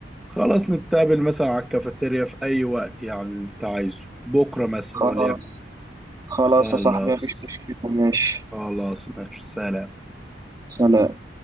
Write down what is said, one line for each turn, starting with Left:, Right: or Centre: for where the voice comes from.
Centre: خلاص نتقابل مثلا على الكافيتيريا في اي وقت يعني انت عايزه بكره مثلا
Right: خلاص
Centre: وليكن
Right: خلاص
Centre: خلاص
Right: يا صاحبي مفيش مشكلة ماشي
Centre: خلاص ماشي سلام
Right: سلام